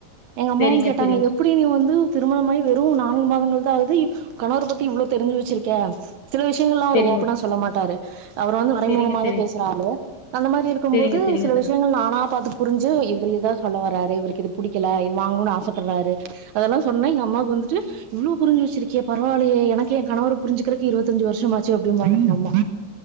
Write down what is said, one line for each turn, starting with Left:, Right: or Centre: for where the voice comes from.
Right: எங்க அம்மாவுங்
Left: செரிங்க
Right: கேட்டாங்க
Left: செரிங்க
Right: எப் ப்டி நீ வந்து திருமணமாயி வெறு நான்கு மாதங்கள்தா ஆவுது இவ் கணவரப் பத்தி இவ்ளோ தெரிஞ்சு வெச்சிருக்க சில விஷியங்கள்லா அவரு
Left: செரிங்க
Right: ஓப்பனா சொல்ல மாட்டாரு அவரு வந்து மறைமுகமாதாப்
Left: செரிங்க செரிங்க
Right: பேசற ஆளு அந்த மாரி இருக்கம்போதுச்
Left: செரிங்க செரிங்க சகோதரி
Right: கள் நானாப் பாத்து புரிஞ்சு இவ்வுரு எதா சொல்ல வராரு இவுருக்கு இதுப் புடிக்கல இது வாங்கணுனு ஆசப்பர்றாரு அதெல்லா சொன்னா எங்க அம்மாவுகு வந்துட்டு இவ்ளோ புரிஞ்சு வெச்சிருக்கியேப் பரவாலையே எனக்கு எங் கணவரப் புரிஞ்சிக்கறக்கு இருவத்தஞ்சி வருஷம் ஆச்சு அப்டிம்பாங்க எங்க அம்மா